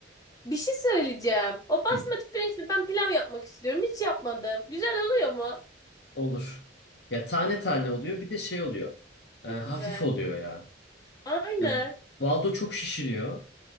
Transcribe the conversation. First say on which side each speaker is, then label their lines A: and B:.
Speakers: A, on the left (about 20°); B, on the left (about 60°).
A: Bir şey söyleyeceğim. O basmati
B: Hı,
A: pirinçle ben pilav yapmak istiyorum. Hiç yapmadım. Güzel oluyor mu?
B: olur. Ya tane tane oluyor bir de şey oluyor. Ee,
A: Çok
B: hafif
A: güzel.
B: oluyor ya.
A: Aynen.
B: Ya baldo çok şişiriyor.